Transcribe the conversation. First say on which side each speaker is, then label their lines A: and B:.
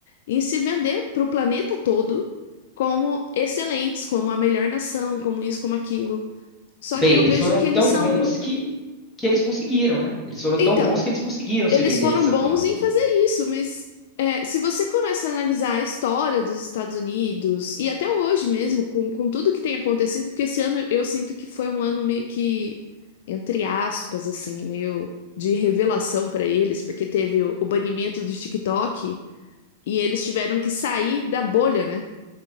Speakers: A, on the left (about 55°); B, on the left (about 20°).
A: em se vender para o planeta todo como excelentes, como a melhor nação, como isso, como aquilo. Só
B: Bem,
A: que eu
B: eles
A: vejo
B: foram
A: que
B: tão
A: eles são
B: bons que, que eles conseguiram, né? Eles foram tão
A: então,
B: bons que eles conseguiram se
A: eles
B: vender
A: foram
B: dessa
A: bons
B: forma.
A: em fazer isso, mas é, se você começa a analisar a história dos Estados Unidos, e até hoje mesmo, com, com tudo que tem acontecido, porque esse ano eu sinto que foi um ano meio que, entre aspas, assim, meio de revelação para eles, porque teve o, o banimento do TikTok e eles tiveram que sair da bolha, né?